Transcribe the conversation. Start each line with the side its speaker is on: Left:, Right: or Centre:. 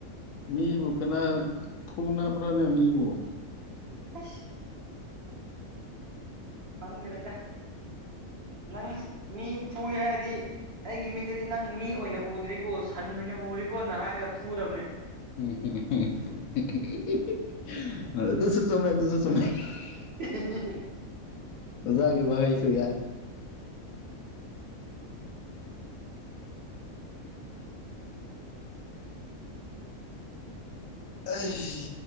Left: ꯃꯤꯕꯨ ꯀꯅꯥ ꯐꯨꯅꯕ꯭ꯔꯥꯅꯦ ꯃꯤꯕꯨ
Right: ꯑꯁ ꯈꯪꯗ꯭ꯔꯦꯗ ꯅꯪ ꯃꯤ ꯐꯨꯒꯦ ꯍꯥꯏꯔꯗꯤ ꯑꯩꯒꯤ ꯃꯤꯠꯇꯗꯤ ꯅꯪ ꯃꯤ ꯑꯣꯏꯅ ꯎꯗ꯭ꯔꯦꯀꯣ ꯁꯟ ꯑꯣꯏꯅ ꯎꯔꯦꯀꯣꯅ ꯍꯥꯏꯔꯒ ꯐꯨꯒꯗꯕꯅꯦ
Left: <unintelligible> ꯑꯗꯨꯁꯨ ꯆꯨꯝꯃꯦ ꯑꯗꯨꯁꯨ ꯆꯨꯝꯃꯦ <unintelligible>
Right: <unintelligible>
Left: ꯑꯣꯖꯥꯒꯤ ꯋꯥꯍꯩꯁꯨ ꯌꯥꯏ ꯑꯩꯁ